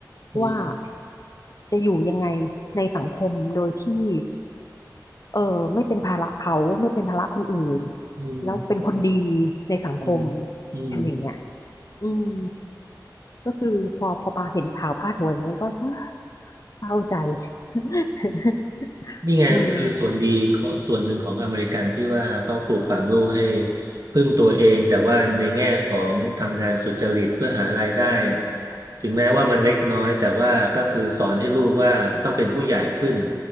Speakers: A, on the right (about 55°); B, on the left (about 50°).
A: อืม
B: ว่าจะอยู่ยังไงในสังคมโดยที่เออไม่เป็นภาระเขาไม่เป็นภาระคนอื่น
A: อืม
B: แล้วเป็นคนดีในสังคม
A: อืมอืม
B: อย่างเงี้ยอืมก็คือพอพอปาเห็นข่าวพาดหัวอย่างเงี้ยก็เศร้าใจ <laughs>
A: นี่ไงคือส่วนดีขอส่วนหนึ่งของอเมริกันที่ว่าเขาปลูกฝังลูกให้
B: อืม
A: พึ่งตัวเองแต่ว่าในแง่ของทำงานสุจริตเพื่อหารายได้
B: <laughs>
A: ถึงแม้ว่ามันเล็กน้อยแต่ว่าก็คือสอนให้ลูกว่าต้องเป็นผู้ใหญ่ขึ้น